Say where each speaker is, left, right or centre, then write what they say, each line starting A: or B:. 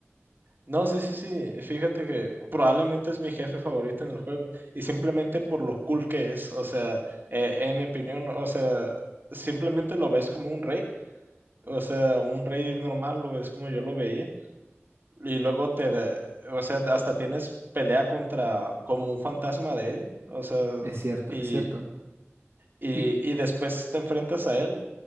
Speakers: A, on the right; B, on the right.
A: No, sí, sí, sí, fíjate que probablemente es mi jefe favorito en el juego, y simplemente por lo cool que es, o sea, eh, en mi opinión, o sea, simplemente lo ves como un rey, o sea, un rey normal, o es como yo lo veía. Y luego te, da- o sea, hasta tienes pelea contra como un fantasma de él, o sea,
B: Es cierto,
A: y,
B: es cierto.
A: y,
B: ¿Y
A: y después te enfrentas a él